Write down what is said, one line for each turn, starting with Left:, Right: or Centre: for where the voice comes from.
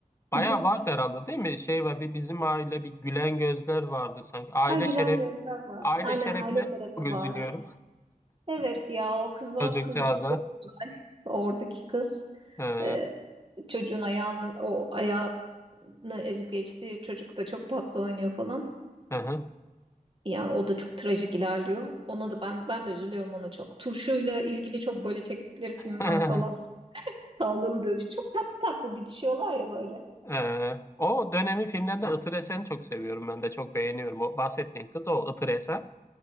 Left: bayağı
Right: Hı hı.
Left: vardı herhalde değil mi? Şey var bir bizim aile bir gülen gözler vardı sanki. Aile
Right: Ha, gülen
Left: şeref
Right: gözler var.
Left: aile
Right: Aynen
Left: şerefine
Right: aile terapi
Left: çok üzülüyorum.
Right: var. Evet ya o kız o.
Left: Çocukcağızda.
Right: Kız çok güzel. Oradaki kız.
Left: Ee,
Right: Ee, çocuğun ayağın o ayağını ezip geçti. Çocuk da çok tatlı oynuyor falan.
Left: Hı hı.
Right: Ya o da çok trajik ilerliyor. Ona da ben ben de üzülüyorum ona çok. Turşuyla ilgili çok böyle çektikleri film
Left: <laughs>
Right: var falan. Kavgalı dövüş. Çok tatlı tatlı didişiyorlar ya böyle.
Left: Ee, o dönemi filmlerde Itır Esen'i çok seviyorum ben de çok beğeniyorum. O bahsettiğin kız o Itır Esen.